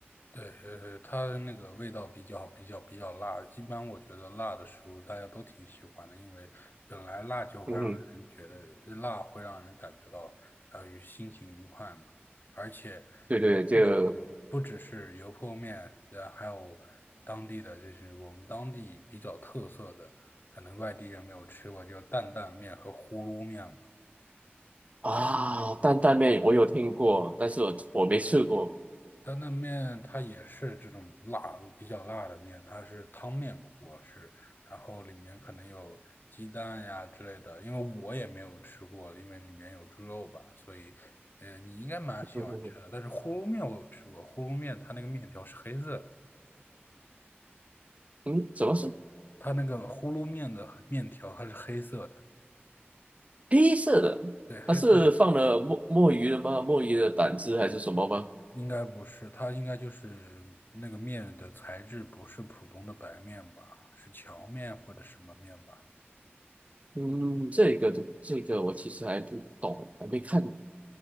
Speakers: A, on the left; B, on the right.
A: 对，呃，它的那个味道比较比较比较辣，一般我觉得辣的食物大家都挺喜欢的，因为本来辣就会让人觉得呃辣会让人感觉到呃愉心情愉快嘛，
B: 嗯哼
A: 而且
B: 对对，
A: 不只有不只是油泼面，
B: 就
A: 呃，还有当地的就是我们当地比较特色的，可能外地人没有吃过，就是担担面和呼噜面嘛。
B: 啊担担面我有听过，但是我我没吃过。
A: 担担面它也是这种辣，比较辣的面，它是汤面不过是，然后里面可能有鸡蛋呀之类的，因为我也没有吃过，因为里面有猪肉吧，所以，呃，你应该蛮喜欢吃的。
B: 嗯嗯
A: 但是呼噜面我有吃过，呼噜面它那个面条是黑色的，
B: 嗯，嗯怎么是
A: 它那个呼噜面的面条它是黑色的，
B: 黑色的？
A: 对，黑色的面
B: 它是放了墨墨鱼的吗？墨鱼的胆汁还是什么吗？
A: 应该不是，它应该就是那个面的材质不是普通的白面吧，是荞面或者什么面吧。
B: 嗯，这个都这个我其实还不懂，还没看，